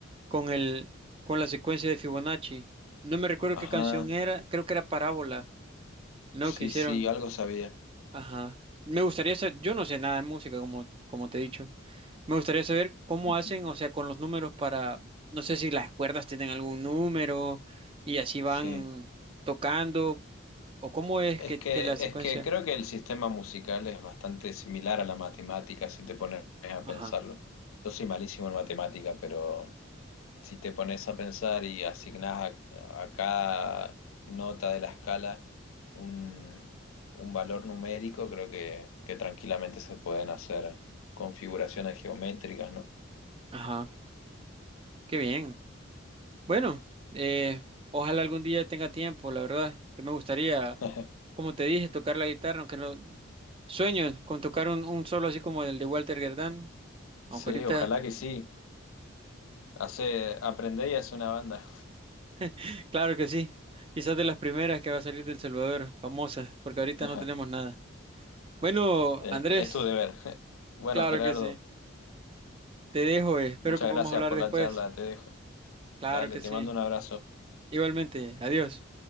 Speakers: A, on the right; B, on the left.
A: con el, con la secuencia de Fibonacci. No me recuerdo
B: ajá,
A: qué canción era, creo que era Parábola, ¿no?
B: sí,
A: Que hicieron.
B: sí, algo sabía.
A: Ajá. Me gustaría saber, yo no sé nada de música, como, como te he dicho. Me gustaría saber cómo
B: Ujú,
A: hacen, o sea, con los números para, no sé si las cuerdas tienen algún número y así van
B: Sí.
A: tocando, o cómo es
B: Es
A: que,
B: que,
A: que la secuencia.
B: es que creo que el sistema musical es bastante similar a la matemática si te pones a
A: Ajá,
B: pensarlo. Yo soy malísimo en matemática, pero si te pones a pensar y asignás a, a cada nota de la escala un, un valor numérico, creo que, que tranquilamente se pueden hacer configuraciones geométricas, ¿no?
A: ajá, qué bien. Bueno, eh, ojalá algún día tenga tiempo, la verdad, que me gustaría,
B: <laughs>
A: como te dije, tocar la guitarra, aunque no sueño con tocar un, un solo así como el de Walter Gerdán, aunque
B: Sí,
A: ahorita,
B: ojalá que sí. Hace, aprendé y hace una banda.
A: <laughs> claro que sí, quizás de las primeras que va a salir del Salvador, famosas, porque ahorita
B: <laughs>
A: no tenemos nada. Bueno,
B: Eh,
A: Andrés,
B: es tu deber. <laughs> Bueno,
A: claro
B: Gerardo,
A: que sí, te dejo, eh, espero
B: muchas
A: que podamos
B: gracias
A: hablar
B: por
A: después,
B: la charla, te dejo.
A: claro
B: Dale,
A: que
B: te
A: sí,
B: mando un abrazo.
A: igualmente, adiós.